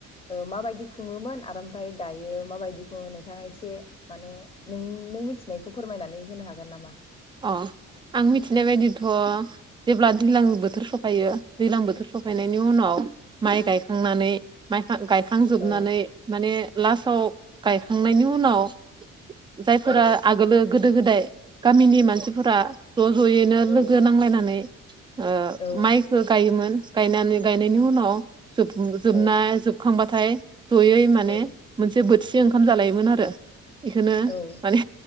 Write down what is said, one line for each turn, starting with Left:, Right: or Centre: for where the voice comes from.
Left: ओ माबायदि खुङोमोन आरो ओमफ्राय दायो माबायदि बेखौ नोंथाङा एसे माने नों नों मिथिनायखौ फोरमायनानै होनो हागोन नामा?
Right: अ आं मिथिनाय बायदिथ' जेब्ला दैलां बोथोर सफ सफायो दैलां बोथोर सफायनायनि उनाव माइ गायखांनानै माइखां माइ गायखांजोबनानै
Left: औ
Right: माने लासआव गायखांनायनि उनाव जायफोरा
Left: औ
Right: आगोलो गोदो गोदाय गामिनि मान मानसिफोरा ज' ज'यैनो
Left: औ
Right: लोगो नांलायनानै ओ
Left: औ
Right: माइखो गायोमोन गायनानै गायनायनि उनाव जोब जोबना
Left: ओं
Right: जोब खांबाथाय जयै माने
Left: औ
Right: मोनसे बोथिसे ओंखाम जालायोमोन आरो। इखोनो
Left: औ ओं
Right: माने